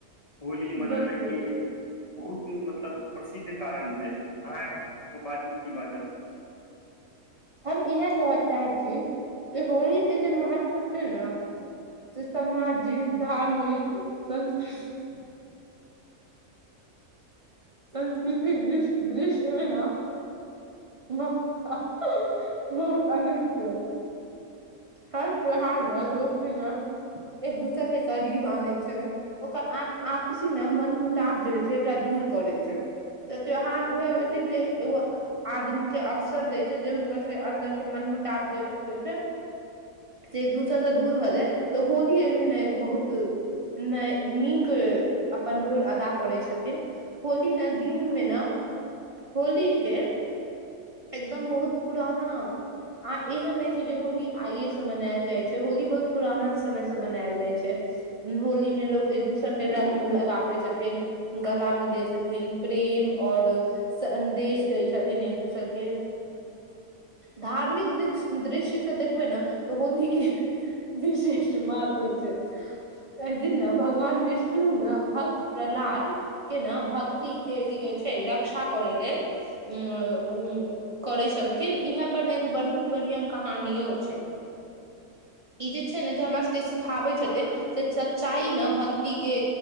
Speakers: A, on the left (about 30°); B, on the right (about 30°).
A: होली मनाने
B: बिलकुल
A: के बहुत मतलब प्रसिद्ध कारण भेल अहाँ बाजू की बाजब
B: हम इएह कहऽ चाहे छी जे होली के जे महत्व छै न से सामाजिक धार्मिक संस्कृति संस्कृतिक दिस दृश्यमे ना बहुत अधिक छै हर त्योहार मे लोक के न एक दूसर के करीब आनै छै ओकर आपसी ने मन मुटाव जे होइ छै एकरा दूर करै छै तऽ त्यौहार उएह होइ छै जे एगो आदमी के अवसर देय छै जे हुनका सबके अन्दर के मन मुटाब जे होइ छै से एक दूसर स दूर भऽ जाए तऽ होली एहिमे न एगो बहुत न नीक अपन रोल अदा करैत छथिन होली न दिनमे न होली के एकदम बहुत पुराना आ एहन नइ छै जे होली आइे से मनायल जाइ छै होली बहुत पुराना समय से मनायल जाइ छै होली मे लोक एक दोसर के
A: हेलो
B: रंग लगाबै छथिन गला मिलै छथिन प्रेम आओर सन्देश दै छथिन एक दोसरके
A: <inaudible>
B: धार्मिक दस्क दृश्य से देखबै न त होली के विशेष महत्तव छै एहिदिन न भगवान विष्णु न भक्त प्रह्लाद के ने भक्ति के की कहे छै रक्षा करे लेल उ करै छलखिन इएहे पर ने एगो बहुत बढ़िआ कहानियो छै ई जे छै न जे हमरा जे सिखाबै
A: हँ
B: छथिन से सच्चाइ न भक्ति के